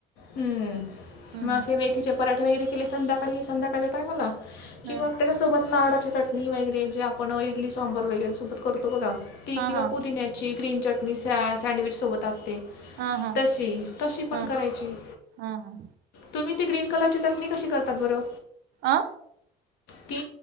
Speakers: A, on the left (about 85°); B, on the right (about 75°).
A: हम्म,
B: हम्म
A: म असे मेथीचे पराठे वगैरे केले संध्याकाळी संध्याकाळच्या टायमाला की
B: हम्म
A: मग त्याच्यासोबत नारळाची चटणी वगैरे जे आपण इडली-सांबर वगैरे सोबत करतो बघा, ती
B: हा
A: किंवा
B: हा
A: पुदिन्याची ग्रीन चटणी सँडविच सोबत असते
B: हा हा
A: तशी, तशी पण
B: हा
A: करायची.
B: हा हा!
A: तुम्ही ती ग्रीन कलरची चटणी कशी करतात बरं?
B: अ
A: ती